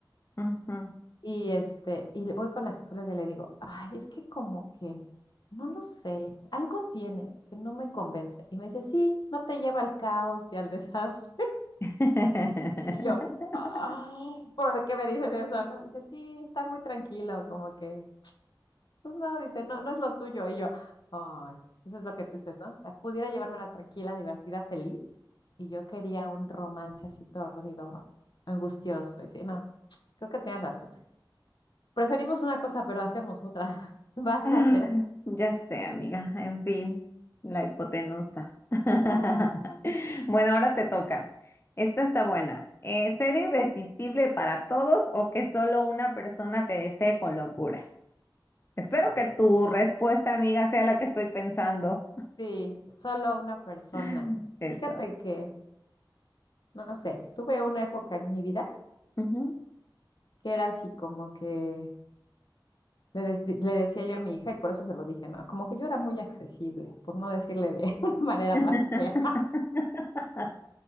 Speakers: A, on the left; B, on the left.
A: ujú.
B: Y este, y le- voy con la psicóloga y le digo, ay, es que como que, no lo sé, algo tiene que no me convence. Y me dice, sí, no te lleva al caos y al desastre. <laughs>
A: <laughs>
B: Y yo, ah, ¿por qué me dices eso? No, dice, sí, está muy tranquilo, como que, pues no, dice, no, no es lo tuyo. Y yo, ay, entonces lo que tú dices, ¿no? La Pudiera llevármela tranquila, divertida, feliz. Y yo quería un romance así tordido, angustioso. Y sí, no, creo que tienes razón. Preferimos una cosa, pero hacemos otra. <laughs> Vas
A: Ah,
B: a ver.
A: ya sé, amiga. En fin, la hipotenusa. <laughs>
B: Ah,
A: Bueno, ahora te toca. Esta está buena. Eh, ¿ser irresistible para todos o que solo una persona te desee con locura? Espero
B: Ay,
A: que tu respuesta, amiga, sea la que estoy pensando.
B: Sí, solo una persona.
A: <laughs> Eso.
B: Fíjate que, no sé, tuve una época en mi vida
A: Ujú.
B: que era así como que le, des- le decía yo a mi hija y por eso se lo dije, ¿no? Como que yo era muy accesible, por no decirle de <laughs> una manera
A: <laughs>
B: más fea.